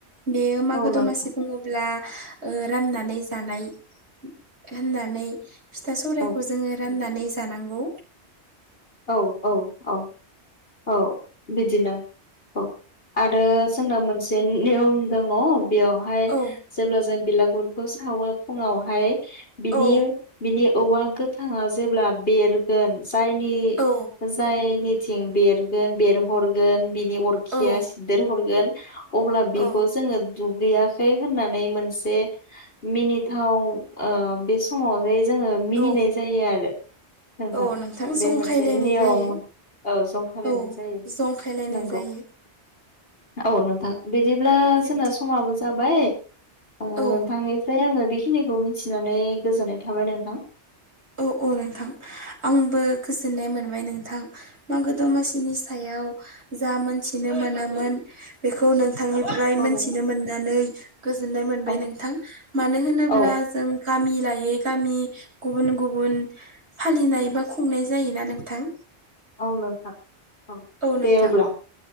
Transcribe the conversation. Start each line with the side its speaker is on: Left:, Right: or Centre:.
Right: बेयो मागो
Left: औ नोंथां
Right: दमासि बुङोब्ला ओ राननानै जानाय होननानै फिथा सौवरा
Left: औ
Right: खौ जोङो राननानै जानांगौ।
Left: औ औ औ औ बिदिनो औ आरो जोंना मोन से नियम दङ बेयावहाय
Right: औ
Left: जेब्ला जों बिलागुर खौ सावो फुङावहाय बिनि
Right: औ
Left: बिनि औवा गोथांङा जेब्ला बेरगोन जायनि
Right: औ
Left: जायनिथिं बेरगोन बेरहरगोन बिनि अरखिया
Right: औ
Left: सिदेरहरगोन अब्ला
Right: औ
Left: बेखौ जोङो दुगैयाखै होननानै मोनसे मिनिथाव ओ बे समावहै जोङो मिनिनाय
Right: औ
Left: जायो आरो नोंथां
Right: औ जंखायलायनाय
Left: बे मोन से नियम
Right: जायो
Left: औ जंखालायनाय
Right: औ
Left: जायो
Right: जंखायलायनाय
Left: नंगौ।
Right: जायो
Left: औ नोंथां बिदिब्ला
Right: बिब्दि
Left: जोंना समाबो जाबाय। ओ
Right: औ
Left: नोंथांनिफ्राय आङो बेखिनिखौ मिथिनानै गोजोननाय थाबाय नोंथां।
Right: औ औ नोंथां आंबो गोजोननाय मोनबाय नोंथां। मागो दमासिनि सायाव जा मोनथिनो मोनामोन बेखौ नों नोंथांनिफ्राय
Left: औ
Right: मोनथिनो
Left: नोंथां
Right: मोननानै गोजोननाय मोनबाय
Left: औ
Right: नोंथां मानो होनोब्ला
Left: औ
Right: जों गामि लायै गामि गुबुन गुबुन फालिनाय बा खुंनाय जायोना नोंथां।
Left: औ नोंथां।
Right: औ नोंथां
Left: दे अब्ला